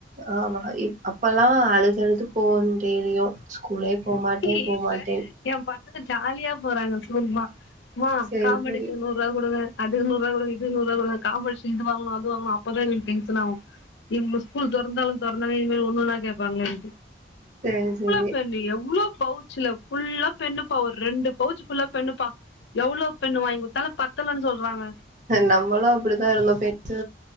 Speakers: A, on the right; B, on the left.
A: ஆமா இப் அப்ல்லா அழுது அழுது போகனு டெய்லியு ஸ்கூலே போமாட்டே
B: இப்ப
A: போமாட்டே
B: எ பசங்க ஜாலியா போறாங்க சும்மா அம்மா
A: சேரி
B: காம்படிஷன்க்கு
A: சேரி
B: நூறுவா குடுங்க அதுக்கு நூறுவா குடுங்க இதுக்கு நூறுவா குடுங்க காம்படிஷன் இது வாங்கணு அது வாங்கணு அப்ப தா எங்களுக்கு டென்ஷனாகு இவுங்க ஸ்கூல் தெறந்தாலு தெறந்தாங்க இனிமே ஒன்னொன்னா கேப்பாங்களேன்ட்டு
A: செரி செரி
B: ஃபென் எவ்ளோ பவுச்சுல ஃபுல்லா பென்னுப்பா ஒரு ரெண்டு பவுச் ஃபுல்லா பென்னுப்பா எவ்ளோ பென்னு வாங்கி குடுத்தாலு பத்தலன்னு சொல்றாங்க
A: நம்மளு அப்டிதா இருந்தோ பென்சி